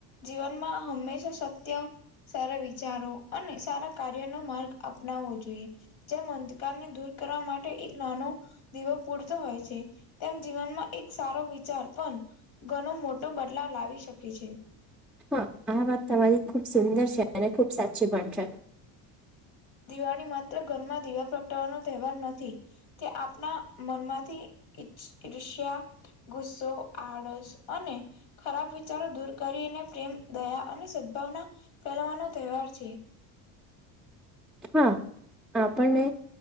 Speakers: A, on the left; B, in the centre.
A: જીવનમાં હંમેશા સત્ય સારા વિચારો અને સારા કાર્ય નો માર્ગ અપનાવવો જોઈએ જેમ અંધકારને દૂર કરવા માટે એક નાનો દીવો પૂરતો હોય છે તેમ જીવનમાં એક સારો વિચાર પણ ઘણો મોટો બદલાવ લાવી શકે છે
B: હા આ વાત તમારી ખુબ સુંદર છે અને ખુબ સાચી પણ છે
A: દિવાળી માત્ર ઘરમાં દીવા પ્રગટાવાનો તહેવાર નથી તે આપના મનમાંથી ઈછ ઈર્ષ્યા ગુસ્સો આળસ અને ખરાબ વિચારો દૂર કરીને પ્રેમ દયા અને સદભાવના ફેલવાનો તહેવાર છે
B: હા આપણને